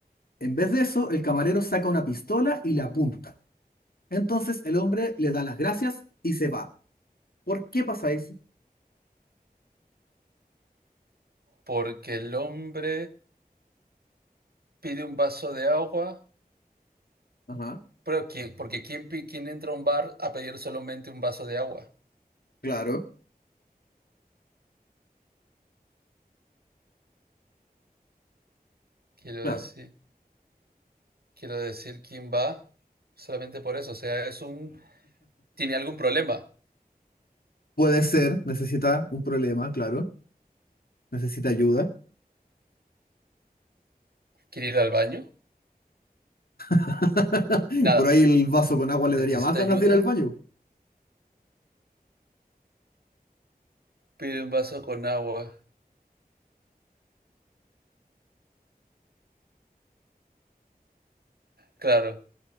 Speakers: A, on the left (about 70°); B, on the right (about 75°).
A: En vez de eso, el camarero saca una pistola y la apunta. Entonces el hombre le da las gracias y se va. ¿Por qué pasa eso?
B: Porque el hombre pide un vaso de agua,
A: Ajá,
B: pero ¿quién, porque ¿quién, ¿quién entra a un bar a pedir solamente un vaso de agua?
A: claro,
B: Quiero
A: claro.
B: decir, quiero decir, ¿quién va solamente por eso? O sea, es un, ¿tiene algún problema?
A: Puede ser, necesita un problema, claro, necesita ayuda.
B: ¿Quiere ir al baño?
A: <laughs>
B: Nada,
A: Por ahí el vaso con agua le
B: necesita
A: daría más ganas
B: ayuda,
A: de ir al baño.
B: pide un vaso con agua. Claro,